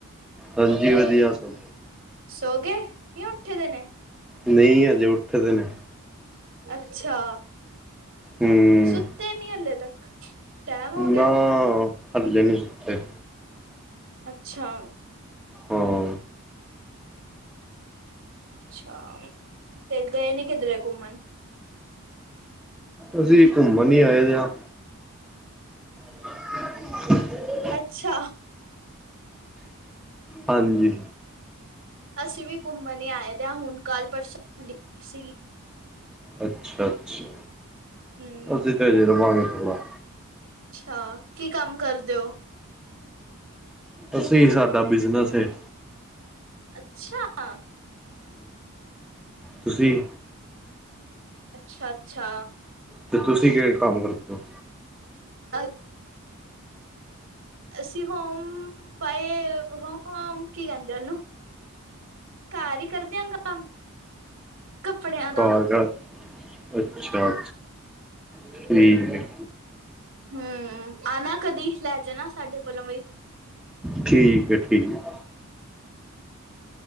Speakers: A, in the centre; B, on the right.
A: ਹਾਂਜੀ ਹਾਂਜੀ ਹਾਂ ਸਭ
B: ਸੌਂ ਗਏ ਜਾਂ ਉੱਠੇ ਹੋਏ ਨੇ?
A: ਨਹੀਂ ਅਜੇ ਉੱਠਦੇ ਨੇ।
B: ਅੱਛਾ
A: ਹੂੰ
B: ਸੁੱਤੇ ਨਹੀਂ ਹਾਲੇ ਤੱਕ? ਟੈਮ ਹੋ ਗਿਆ
A: ਨਾ, ਹਾਲੇ ਨੀਂ ਸੁੱਤੇ।
B: ਅੱਛਾ।
A: ਹਾਂ।
B: ਅੱਛਾ, ਤੇ ਗਏ ਨੀਂ ਕਿਧਰੇ ਘੁੰਮਣ?
A: ਅਸੀਂ ਘੁੰਮਣ ਹੀ ਆਏ ਆਂ। <unintelligible>
B: ਅੱਛਾ।
A: ਹਾਂਜੀ।
B: ਅਸੀਂ ਵੀ ਘੁੰਮਣ ਹੀ ਆਏ ਦੇ ਹਾਂ ਹੁਣ ਕੱਲ੍ਹ ਪਰਸੋ ਸੀ।
A: ਅੱਛਾ- ਅੱਛਾ
B: ਹਮ
A: ਅਸੀ ਤਾ ਇਥੇ ਜੀ ਰਬਾਨਥੋ੍ਹਾ।
B: ਅੱਛਾ, ਕੀ ਕੰਮ ਕਰਦੇ ਹੋ?
A: ਅਸੀਂ, ਸਾਡਾ ਬਿਜਨਸ ਹੈ।
B: ਅੱਛਾ।
A: ਤੁਸੀਂ?
B: ਅੱਛਾ -ਅੱਛਾ।
A: ਤੇ ਤੁਸੀਂ ਕਿ ਕੰਮ ਕਰਦੇ ਹੋ?
B: ਅ ਅਸੀਂ ਹੋਮ ਬਾਏ, ਹੋਮ ਕੀ ਕਹਿੰਦੇ ਉਹਨੂੰ? ਘਰ ਹੀ ਕਰਦਿਆ ਕੰਮ। ਕੱਪੜਿਆਂ ਦਾ।
A: ਕਾਰਾਗਾ ਅੱਛਾ -ਅੱਛਾ ਠੀਕ ਹੈ।
B: ਹਮ, ਆਣਾ ਕਦੀ ਲੈ ਜਾਣਾ ਸਾਡੇ ਕੋਲੋਂ ਵੀ।
A: ਠੀਕ ਹੈ, ਠੀਕ ਹੈ।